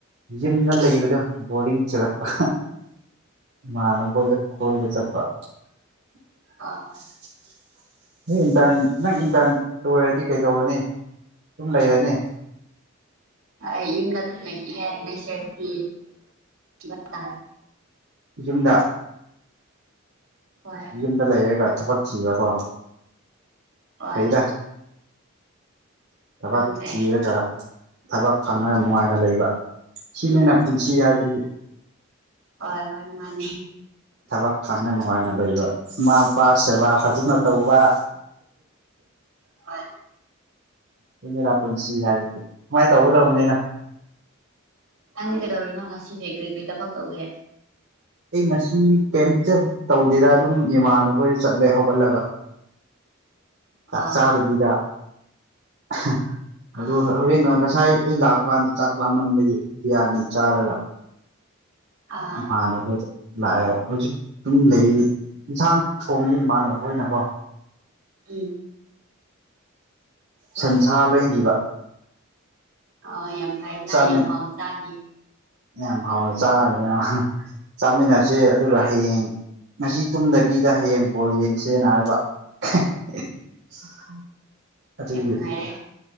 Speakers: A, on the right; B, on the right.
A: ꯌꯨꯝꯗ ꯂꯩꯕꯗꯣ ꯕꯣꯔꯤꯡ ꯆꯨꯔꯛꯄ ꯃꯥꯟꯅꯕ ꯍꯣꯏꯗ ꯀꯣꯏꯕ ꯆꯠꯄ <unintelligible>
B: ꯑꯥ
A: ꯏꯟꯇꯔ ꯅꯪ ꯏꯟꯇ꯭ꯔꯟ ꯂꯣꯏꯔꯗꯤ ꯀꯩꯗꯧꯔꯅꯤ ꯗꯨꯝ ꯂꯩꯔꯅꯤ
B: ꯑꯩ ꯌꯨꯝꯗ ꯑꯗꯨꯝ ꯂꯩꯈꯤꯅꯤ ꯅꯦꯛꯁꯌꯥꯔꯗꯒꯤ ꯊꯤꯕ ꯇꯥꯔꯦ
A: ꯌꯨꯝꯗ
B: ꯍꯣꯏ
A: ꯌꯨꯝꯗ ꯂꯩꯔꯒ ꯊꯕꯛ ꯊꯤꯕꯀꯣ
B: ꯍꯣꯏ
A: ꯐꯩꯗ ꯊꯕꯛ
B: ꯈꯪꯗ꯭ꯔꯦ
A: ꯊꯤꯔꯒ ꯊꯕꯛ ꯐꯪꯉ ꯅꯨꯡꯉꯥꯏꯅ ꯂꯩꯕ ꯁꯤꯅꯤꯅ
B: ꯎꯝ
A: ꯄꯨꯟꯁꯤ ꯍꯥꯏꯕꯁꯤꯗꯤ
B: ꯍꯣꯏ ꯍꯣꯏ ꯃꯥꯅꯦ
A: ꯊꯕꯛ ꯐꯪꯅ ꯅꯨꯡꯉꯥꯏꯅ ꯂꯩꯕ ꯃꯥ ꯄꯥ ꯁꯦꯕꯥ ꯐꯖꯅ ꯇꯧꯕ
B: ꯍꯣꯏ
A: <unintelligible> <unintelligible> ꯗ ꯄꯨꯟꯁꯤ ꯍꯥꯏꯕꯗꯤ ꯁꯨꯃꯥꯏ ꯇꯧꯒꯗꯧꯕꯅꯦꯗ
B: ꯅꯪꯗꯤ ꯀꯩꯗꯧꯔꯤꯅꯣ ꯉꯁꯤꯗꯤ ꯀ꯭ꯔꯤ ꯀ꯭ꯔꯤ ꯊꯕꯛ ꯇꯧꯒꯦ
A: ꯑꯩ ꯉꯁꯤ ꯀꯩꯝꯆ ꯇꯧꯗꯦꯗ ꯑꯗꯨꯝ ꯏꯃꯥꯅꯕꯈꯣꯏ ꯆꯠꯂꯦ ꯍꯧꯒꯠꯂꯒ ꯆꯥꯛꯆꯥꯗꯕꯤꯗ
B: ꯑꯥ
A: <unintelligible> ꯑꯗꯣ
B: ꯑꯥ
A: ꯍꯣꯔꯦꯟꯅ ꯉꯁꯥꯏ ꯑꯩ ꯂꯥꯛꯄꯥꯟꯗ ꯆꯥꯛ ꯂꯥꯃꯟꯕꯒꯤ ꯕꯤꯔꯌꯥꯅꯤ ꯆꯥꯔꯒ
B: ꯑꯥ
A: ꯏꯃꯥꯅꯕ ꯍꯣꯢꯗ ꯂꯥꯛꯑꯦ ꯍꯧꯖꯤꯛ ꯑꯗꯨꯝ ꯂꯩ ꯏꯟꯁꯥꯡ ꯊꯣꯡꯉꯤ ꯏꯃꯥꯟꯅꯕ ꯍꯣꯏꯅꯀꯣ
B: ꯎꯝ
A: ꯁꯟꯁꯥ ꯂꯩꯕꯤꯕ
B: ꯑꯣ ꯌꯥꯝ ꯐꯩꯅꯥ
A: ꯆꯥꯃꯤꯟ
B: ꯌꯥꯝ ꯍꯥꯎꯅ ꯆꯥꯅꯤ
A: ꯌꯥꯝ ꯍꯥꯎꯅ ꯆꯥꯔꯅꯤ ꯑꯍꯥ ꯆꯥꯃꯤꯟꯅꯁꯦ ꯑꯗꯨꯒ
B: ꯍꯣꯏ
A: ꯍꯌꯦꯡ ꯉꯁꯤ ꯇꯨꯝꯗꯕꯤꯗ ꯍꯌꯦꯡ ꯕꯣꯜ ꯌꯦꯡ ꯁꯦꯅ ꯍꯥꯏꯕ <unintelligible> ꯑꯗꯨꯒꯤ
B: ꯌꯥꯝ ꯅꯨꯡꯉꯥꯏꯔꯦ